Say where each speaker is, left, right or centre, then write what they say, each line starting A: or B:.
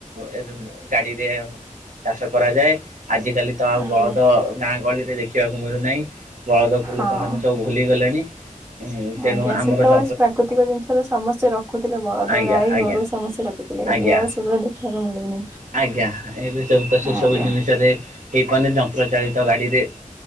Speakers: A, on the right (about 70°); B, on the right (about 15°).
A: ଏ ଗାଡିରେ ଚାଷ କରାଯାଏ ଆଜିିକାଲି ତ ଆଉ
B: ଆଜ୍ଞା
A: ବଳଦ ଗାଁ ଗହଳିରେ ଦେଖିବାକୁ ମିଳୁନାହିଁ ବଳଦକୁ
B: ହଁ।
A: ଲୋକମାନେ ସବୁ ଭୁଲି ଗଲେଣି ତେଣୁ
B: ଆଜ୍ଞା
A: ଆମର
B: ସେତେବେଳେ
A: ଯ
B: ପ୍ରାକୃତିକ ଜିନିଷରେ ସମସ୍ତେ ରଖୁଥିଲେ ବଳଦ
A: ଆଜ୍ଞା
B: ଗାଈ
A: ଆଜ୍ଞା
B: ଗୋରୁ ସମସ୍ତେ ରଖୁଥିଲେ
A: ଆଜ୍ଞା
B: ଏବେ ଆଉ ସେଗୁଡ଼ା ଦେଖିବାକୁ ମିଳୁନି।
A: ଆଜ୍ଞା ଏବେ ସବୁ ତ ସେ
B: ଆଜ୍ଞା
A: ସବୁ ଜିନିଷରେ ରେ ହେଇପାରୁନି ଯନ୍ତ୍ର ଚାଳିତ ଗାଡିରେ